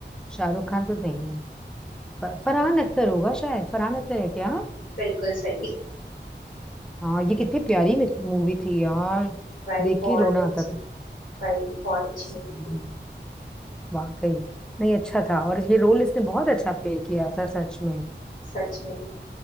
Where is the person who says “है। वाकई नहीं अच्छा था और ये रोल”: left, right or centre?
Centre